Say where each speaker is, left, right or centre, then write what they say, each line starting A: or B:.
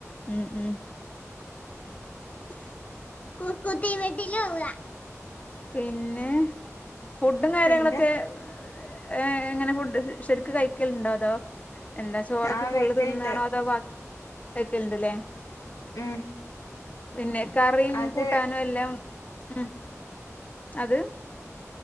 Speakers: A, on the left (about 25°); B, on the left (about 70°).
A: ഉം ഉം <unintelligible> പിന്നെ ഫുഡും കാര്യങ്ങളൊക്കെ
B: പിന്നെ
A: ഏഹ് എങ്ങനെ ഫുഡ് ശരിക്കും കഴിക്കലുണ്ടോ അതോ എന്താ ചോറൊക്കെ
B: ആഹ്
A: ഫുള്ള്
B: കഴിക്കല്ണ്ട്
A: തിന്നാണോ അതോ ബാ വെക്കലുണ്ട്ല്ലേ
B: ഉം
A: പിന്നെ കറിയും
B: അത്
A: കൂട്ടാനും എല്ലാം ഉം അത്